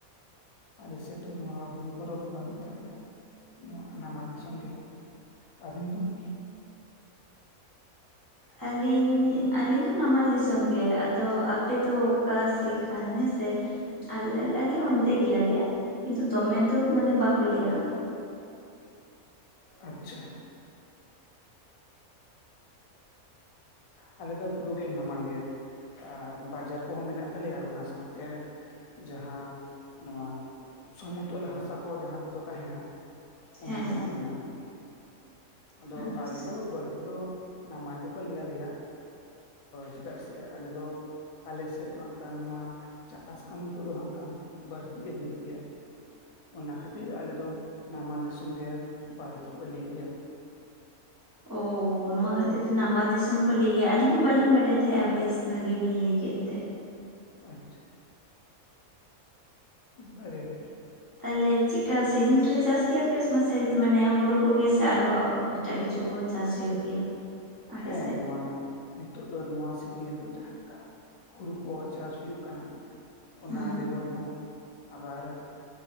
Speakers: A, on the left; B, on the right.
A: ᱟᱞᱮᱥᱮᱫ ᱫᱚ ᱱᱚᱣᱟ ᱵᱩᱨᱩ ᱠᱚᱫᱚ ᱵᱟᱹᱱᱩᱜ ᱛᱟᱞᱮᱭᱟ ᱱᱚᱣᱟ ᱱᱟᱢᱟᱞ ᱫᱤᱥᱚᱢ ᱜᱮ ᱾ ᱟᱹᱵᱤᱱ ᱫᱚ?
B: ᱟᱹᱞᱤᱧ ᱟᱹᱞᱤᱧ ᱦᱚᱸ ᱱᱟᱢᱟᱞ ᱫᱤᱥᱚᱢ ᱜᱮ ᱟᱫᱚ ᱟᱯᱮ ᱫᱚ ᱚᱠᱟ ᱥᱮᱫ ᱠᱷᱟᱱ ᱦᱮᱸᱥᱮ ᱾ ᱟᱞᱮ ᱟᱞᱮ ᱚᱱᱛᱮ ᱜᱮᱭᱟᱞᱮ ᱠᱤᱱᱛᱩ ᱫᱚᱢᱮ ᱫᱚ ᱢᱟᱱᱮ ᱵᱟᱠᱚ ᱞᱟᱹᱭᱟ ᱾
A: ᱟᱪᱷᱟ᱾ ᱟᱞᱮ ᱫᱚ ᱯᱩᱨᱩᱜᱮ ᱱᱟᱢᱟᱞ ᱜᱮ ᱾ ᱵᱟᱡᱟᱨ ᱠᱚᱦᱚᱸ ᱢᱮᱱᱟᱜ ᱛᱟᱞᱮᱭᱟ ᱚᱱᱟ ᱥᱟᱶᱛᱮ ᱡᱟᱦᱟᱸ ᱱᱚᱣᱟ ᱥᱚᱢᱚᱭ ᱚᱞ ᱦᱟᱥᱟ ᱠᱚ ᱡᱟᱦᱟᱸ ᱠᱚᱫᱚ ᱛᱟᱦᱮᱱᱟ ᱾ ᱚᱱᱟ
B: ᱦᱮᱸ
A: ᱠᱚᱦᱚᱸ ᱢᱮᱱᱟᱜᱼᱟ ᱟᱫᱚ
B: ᱟᱪᱪᱷᱟ
A: ᱟᱞᱮ ᱫᱚ ᱵᱟᱹᱲᱛᱤ ᱫᱚ, ᱱᱟᱢᱟᱞ ᱜᱮᱠᱚ ᱞᱟᱹᱭᱟ ᱞᱮᱭᱟ ᱪᱮᱫᱟᱜ ᱥᱮ ᱟᱞᱮ ᱫᱚ, ᱟᱞᱮ ᱥᱮᱫ ᱫᱚ ᱦᱟᱸᱜ ᱠᱷᱟᱱ ᱱᱚᱣᱟ ᱪᱟᱥ ᱠᱟᱹᱢᱤ ᱠᱚᱫᱚ ᱦᱟᱸᱜ ᱠᱷᱟᱱ ᱵᱟᱹᱲᱛᱤ ᱜᱮ ᱦᱩᱭᱩᱜ ᱜᱮᱭᱟ ᱾ ᱚᱱᱟ ᱠᱷᱟᱹᱛᱤᱨ ᱟᱞᱮ ᱫᱚ ᱱᱟᱢᱟᱞ ᱫᱤᱥᱚᱢ ᱜᱮ ᱵᱟᱹᱲᱛᱤᱠᱚ ᱞᱟᱹᱭ ᱜᱮᱭᱟ ᱾
B: ᱚ ᱱᱚᱣᱟ
A: ᱫᱚ
B: ᱠᱷᱟᱹᱛᱤᱨ ᱛᱮ ᱱᱟᱢᱟᱞ ᱫᱤᱥᱚᱢ ᱠᱚ ᱞᱟᱹᱭ ᱜᱮᱭᱟ ᱟᱹᱞᱤᱧ ᱦᱚᱸ ᱵᱟᱹᱞᱤᱧ ᱵᱟᱰᱟᱭ ᱛᱟᱦᱮᱸᱜᱼᱟ ᱵᱮᱥ ᱵᱷᱟᱹᱜᱤ ᱵᱤᱱ ᱞᱟᱹᱭ ᱠᱮᱫᱛᱮ ᱾
A: ᱟᱪᱷᱟ᱾ ᱵᱷᱟᱜᱮ ᱾
B: ᱛᱟᱦᱚᱞᱮ ᱪᱮᱫᱠᱟ ᱥᱤᱡᱤᱱ ᱨᱮ ᱪᱟᱥ ᱜᱮᱭᱟᱯᱮ ᱢᱟᱥᱮ ᱢᱟᱱᱮ ᱦᱩᱲᱩ ᱠᱚᱜᱮ ᱥᱮ ᱟᱨᱦᱚᱸ ᱮᱴᱟᱜ ᱠᱤᱪᱷᱩ ᱠᱚᱦᱚᱸ ᱪᱟᱥ ᱦᱩᱭᱩᱜ ᱜᱮᱭᱟ? ᱟᱯᱮ
A: ᱦᱮᱸ
B: ᱥᱮᱫ
A: ᱱᱚᱣᱟ ᱱᱤᱛᱚᱜ ᱫᱚ ᱱᱚᱣᱟ ᱥᱤᱡᱤᱱ ᱨᱮᱫᱚ ᱡᱟᱦᱟᱸ ᱞᱮᱠᱟ ᱦᱩᱲᱩ ᱠᱚ ᱪᱟᱥ ᱦᱩᱭᱩᱜ ᱠᱟᱱᱟ ᱾ ᱚᱱᱟ
B: ᱦᱩᱸ
A: ᱵᱮᱜᱚᱨ ᱦᱚᱸ ᱟᱵᱟᱨ,